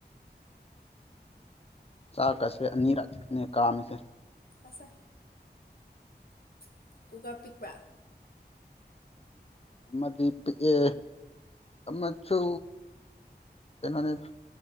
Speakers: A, on the left (about 35°); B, on the left (about 60°).
A: ꯆꯥꯛꯀꯁꯦ ꯑꯅꯤꯔꯛꯅꯦ ꯀꯥꯝꯃꯤꯁꯦ
B: ꯑꯁ <unintelligible> ꯄꯤꯛꯄ꯭ꯔ
A: ꯑꯃꯗꯤ ꯄꯤꯛꯑꯦ ꯑꯃꯁꯨ ꯀꯩꯅꯣꯅꯤ